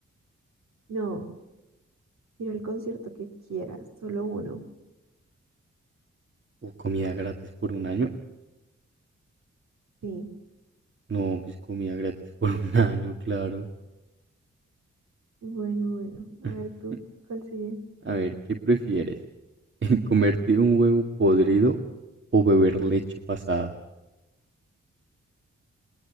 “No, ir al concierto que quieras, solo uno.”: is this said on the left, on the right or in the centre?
Right